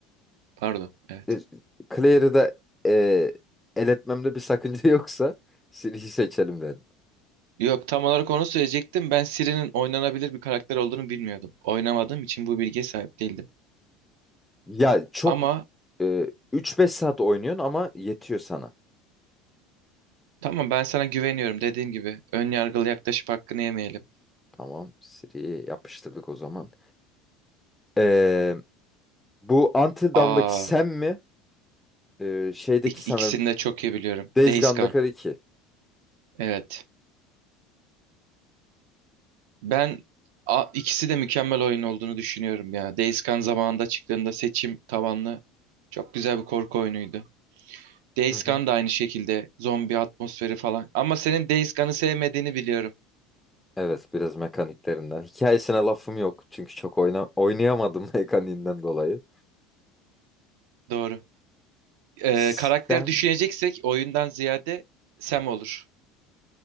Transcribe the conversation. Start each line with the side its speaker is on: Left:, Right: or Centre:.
Right: Pardon. Evet.
Centre: e, Claire'ı da e, el etmemde bir sakınca <laughs> yoksa Siri'yi seçelim derim.
Right: Yok tam olarak onu söyleyecektim. Ben Siri'nin oynanabilir bir karakter olduğunu bilmiyordum. Oynamadığım için bu bilgiye sahip değildim.
Centre: Ya çok
Right: Ama
Centre: e, 3-5 saat oynuyorsun ama yetiyor sana.
Right: tamam ben sana güveniyorum dediğim gibi. Ön yargılı yaklaşıp hakkını yemeyelim.
Centre: Tamam Siri'yi yapıştırdık o zaman. Ee, bu Until
Right: Aa,
Centre: Dawn'daki Sam mi? Ee, şeydeki
Right: ik-
Centre: sanırım
Right: ikisini de çok iyi biliyorum.
Centre: Days
Right: Days
Centre: Gone'daki
Right: Gone.
Centre: Ricky.
Right: Evet. Ben a, ikisi de mükemmel oyun olduğunu düşünüyorum ya. Days Gone zamanında çıktığında seçim tabanlı çok güzel bir korku oyunuydu. Days
Centre: Hı hı.
Right: Gone da aynı şekilde zombi atmosferi falan. Ama senin Days Gone'ı sevmediğini biliyorum.
Centre: Evet biraz mekaniklerinden. Hikayesine lafım yok çünkü çok oyna oynayamadım <laughs> mekaniğinden dolayı.
Right: Doğru. e,
Centre: Sam
Right: karakter düşüneceksek oyundan ziyade Sam olur